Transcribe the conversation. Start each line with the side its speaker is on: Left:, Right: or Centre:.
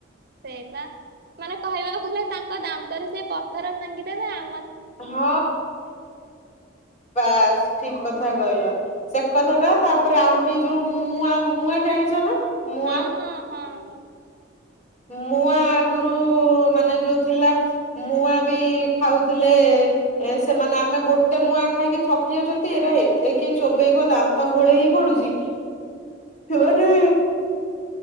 Right: ସେଇପା ମାନେ କହିବାକୁ ଗଲେ ତାଙ୍କ ଦାନ୍ତରେ ସେ ପଥର ଭାଙ୍ଗିଦବେ ଆ
Left: ହଁ ବାସ୍ ଠିକ କଥା କହିଲ। ସେ କଥା ଟା ତାପରେ ଆହୁରି ଯୋଉ ମୁଆଁ ମୁୂଆଁ ଜାଣିଚ ନା? ମୁଆଁ
Right: ହଁ ହଁ ହଁ।
Left: ମୁଆଁ ଆଗରୁ ମାନେ ଯଉ ଥିଲା ମୁଆଁ ବି ଖାଉଥିଲେ ସେମାନେ ଆମେ ଗୋଟେ ମୁଆ ଖାଇକି ଥକି ଯାଉଚନ୍ତି ଏରା ଏତେ କିଏ ଚୋବେେଇବ ଦାନ୍ତ ଘୋଳେଇ ଗଳି ପଡୁଛି। ସେମାନେ